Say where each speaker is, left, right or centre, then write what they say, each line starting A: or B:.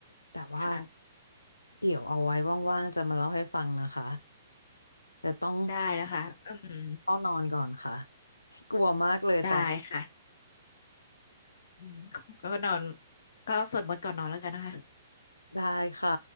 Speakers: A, on the left (about 80°); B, on the left (about 65°).
A: แต่ว่า
B: ค่ะ
A: เดี๋ยวเอาไว้ว่างๆจะมาเล่าให้ฟังนะคะแต่ต้อง
B: ได้นะคะอืม
A: ต้องนอนก่อนค่ะกลัวมากเลยตอน
B: ได้ค่ะ อืมก็นอนก็สวดมนต์ก่อนนอนแล้วกันนะคะ <laughs>
A: ได้ค่ะ